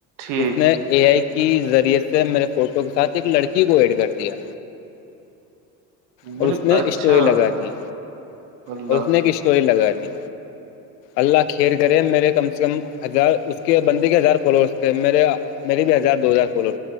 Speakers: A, on the right; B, on the left.
A: ٹھیک
B: اس نے اے آئی کی ذریعے سے میرے فوٹو کے ساتھ ایک لڑکی کو ایڈ کر دیا اور
A: بال
B: اس نے
A: اچھا
B: اسٹوری لگا دی
A: اللہ
B: اور اس نے ایک اسٹوری لگا دی اللہ کھییر کرے میرے کم سے کم ہزار اس کے بندی کے ہزار فالوورس تھے میرے میری بھی ہزار دو ہزار فولو